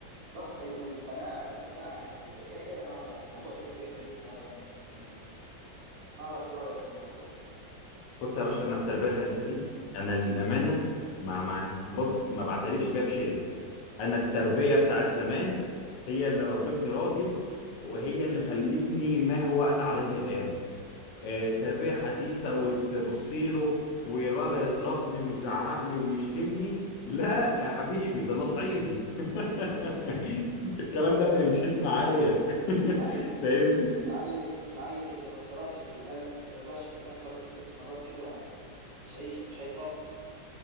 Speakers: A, on the right; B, on the left.
A: صح ال- القناعة القناعة عندهم غير يا أخي أنا ما بعرف موضوع التربية الحديثة هذا أنا مش مقتنع فيه ما بعرف شو رأيك في الموضوع أنت
B: بص يا باشا انا التربيه الحديثه دي انا للامانه ما ما بص ما بعترفش بيها بشيلين انا التربيه بتاعت
A: بالضبط
B: زمان هي اللي ربتني راجل وهي اللي خلتني ما هو انا عليه الان آه، تربيه حديثه وتبصي له والولد يضربني ويزعق لي ويشتمني لا يا حبيبي ده انا صعيدي <laughs> الكلام
A: صحيح
B: ده ما يمشيش معايا
A: العيل
B: <laughs> فاهمني
A: العيل العيل اذا ما زرعش في القلم اترزعش في القلم خمس ست مرات كده ما مش عيشه مش هيتربى كده